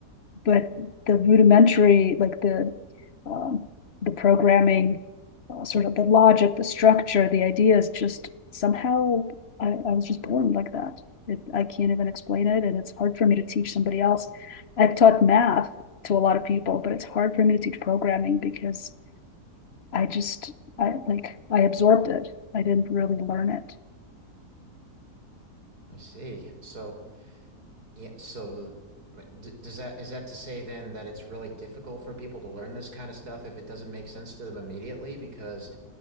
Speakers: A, on the left; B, on the right.
A: but the rudimentary, like the um, the programming, uh, sort of the logic, the structure, the ideas, just somehow I, I was just born like that. It, I can't even explain it, and it's hard for me to teach somebody else. I've taught math to a lot of people, but it's hard for me to teach programming because I just I like I absorbed it. I didn't really learn it.
B: I see. So. Yeah, so but d does that is that to say then that it's really difficult for people to learn this kind of stuff if it doesn't make sense to them immediately? Because